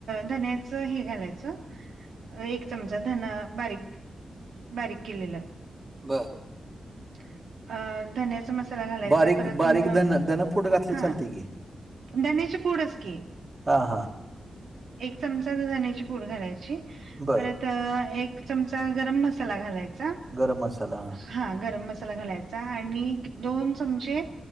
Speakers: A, on the right; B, on the right.
A: धनेच हे घालायचं एक चमचा धना बारीक बारीक केलेलं.
B: बर.
A: अ धन्याचा मसाला धन्याचा मसाला घालायचा
B: बारीक
A: परत
B: बारीक
A: म
B: धन धनपूड घातली
A: हा
B: चालते की?
A: धन्याची पूडच की.
B: हा हा.
A: एक चमचा धण्याची पूड घालायची
B: बरं.
A: परत तर एक चमचा गरम मसाला घालायचा.
B: गरम मसाला हा.
A: हा गरम मसाला घालायचा आणि दोन चमचे